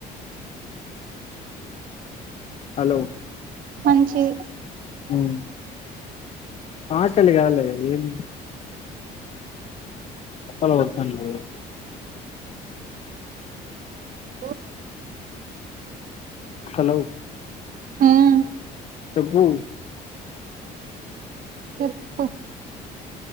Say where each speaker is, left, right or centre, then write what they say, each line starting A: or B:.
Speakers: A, on the left; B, on the right.
A: హలో
B: మంచీది
A: ఉమ్ ఆకలి కాలే ఏం అప్పలా అన్నారూ
B: ఓ
A: హలో!
B: ఉమ్
A: చెప్పూ
B: చెప్పు